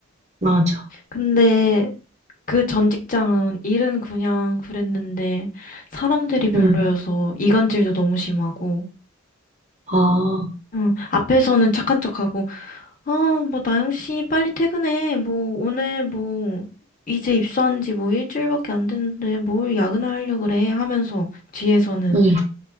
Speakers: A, on the right (about 35°); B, on the left (about 40°).
A: 맞아.
B: 근데 그 전 직장은 일은 그냥 그랬는데, 사람들이 별로여서
A: 응,
B: 이간질도 너무 심하고,
A: 아,
B: 응, 앞에서는 착한 척하고, 아, 뭐, 나영 씨, 빨리 퇴근해. 뭐, 오늘 뭐, 이제 입사한 지 뭐 일주일밖에 안 됐는데, 뭘 야근을 하려 그래? 하면서, 뒤에서는,
A: 응,